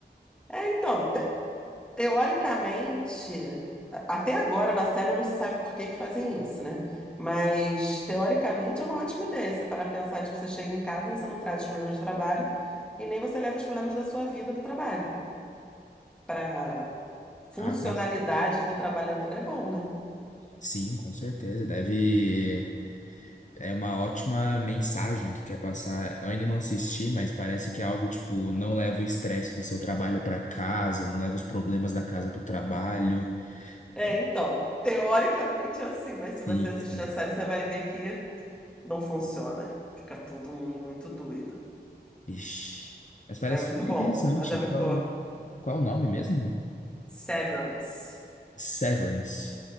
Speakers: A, in the centre; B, on the left.
A: É, então, te- teoricamente, a- até agora na série não se sabe por que que fazem isso, né? Mas teoricamente é uma ótima ideia. Se você parar pra pensar, tipo, você chega em casa, você não traz os problemas do trabalho e nem você leva os problemas da sua vida pro trabalho. Pra funcionalidade
B: Ah, mas
A: do trabalhador é bom, né?
B: sim, com certeza. Deve. É uma ótima mensagem que quer passar. Eu ainda não assisti, mas parece que é algo tipo, não leva o estresse do seu trabalho para casa, não leva os problemas da casa pro trabalho.
A: É,
B: É,
A: então, teoricamente é assim, mas
B: sim,
A: se você assistir
B: sim.
A: a série, você vai ver que não funciona. Fica todo mundo muito doido.
B: Ixi. Mas parece
A: É muito
B: super
A: bom,
B: interessante.
A: mas é muito
B: Qual,
A: boa.
B: qual o nome mesmo?
A: Severance.
B: Severance.